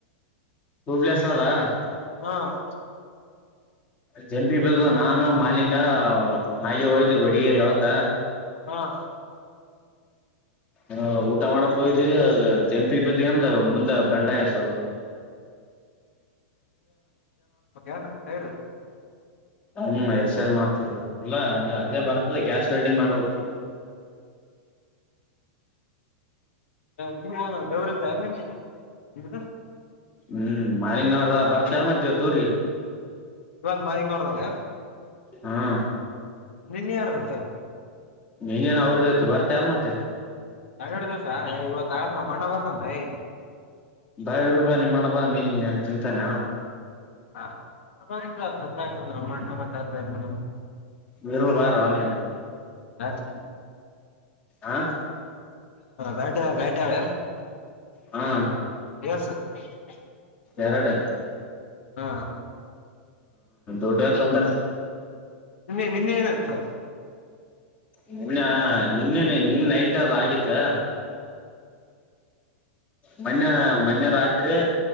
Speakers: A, on the left; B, on the left.
A: ಹೂಬ್ಲೆಸ್ ಅದ <inaudible>
B: ಹಾ <inaudible>
A: ಜಂಪಿ ಬ ನಾನು ಮಾಲಿಂಗ ನಾಗೆ ಹೋಯ್ದ ಹೊಡಗೇರಿ ಅವತ್ತ <inaudible>
B: ಹಾ <inaudible>
A: ಹ ಊಟ ಮಾಡಕ್ ಹೋಗ್ವಿ ಕೆಂಪಿ ಬತಿ ಅಂದ ಮುಂದೆ ಬೆಂಡಾಯ ಸ್ವಲ್ಪ <inaudible>
B: <inaudible> ಏನ್ರ ಸೆರ್
A: ಹ್ಮ ಎಕ್ಸೆಲ್ ಮಾಡ್ತಿದ್ರು ಇಲ್ಲ ಅದ ಅದೇ ಬರ್ತದೆ ಗ್ಯಾಸ್ ವೆಲ್ಡಿಂಗ್ ಮಾಡೋ
B: <inaudible> <inaudible> ಹ ನಿಮ್ಮ ಗೌರತ ನಿಮ್ಮ
A: ಹ್ಮ್ ಮಾಲಿಂಗನ್ರ ಬರ್ತ ಅಲ್ ಮತ್ತವ ತೂರಿ
B: ಇವತ್ ಮನೆಗ್ ನೋಡದಲ್ಲೆ
A: ಹಾ <inaudible>
B: ನಿನ್ ಯಾರತ್ತ
A: ಇನ್ನೇನ್ ಅವ್ರದ್ದ ಇತ್ತು ಬರ್ತ ಅಲ್ ಮತ್ತೆ
B: ಹರರಡು ದಿವಸ ಇವತ್ ಆದ್ಮ ಮಣ ಬರ್ತನ್ಐ
A: ಬಾಯ ಇರುಲ್ ಬಾ ನಿಮ್ಮಣ ಬಾ ನೀನ್ ನನ್ ತಿಂತಾನೆ
B: ಹ ಚಂದಂದ್ರಣ್ಣ ಮಾತಾತ ಮ್ರ್
A: ಬರುಲು ಬಾರ ಅವನನು
B: ರಾಿ <inaudible>
A: ಹ
B: ಬ್ಯಾಟಿ ಬ್ಯಾಟಿ ಅವ
A: ಹಾ
B: ಎ ಸ <inaudible>
A: ಎರಡೆ
B: ಹಾ
A: ೌಟ ಸಂದ
B: ನಿನ್ನೆ ನಿನ್ನೆ ಏನತ್ತು
A: ನಿನ್ನ ನಿನ್ನೆನೆ ನಿನ್ ನೈಟ್ಬ ಆಗತ್ತಾ ಮೊನ್ ಮೋನ್ಯ ರಾತ್ರಿ